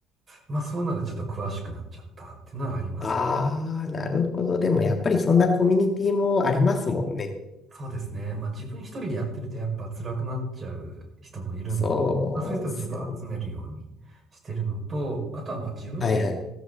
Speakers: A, on the right; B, on the left.
A: まあそういうのでちょっと詳しくなっちゃったっていうのはあります。
B: あー、なるほど。でもやっぱりそんなコミュニティもありますもんね。
A: そうですね。まあ自分一人でやってるとやっぱ辛くなっちゃう人もいるんで、
B: そうっすよね。
A: まあそういう人はちょっと集めるようにしてるのと、あとはまあ自分自
B: はいはい。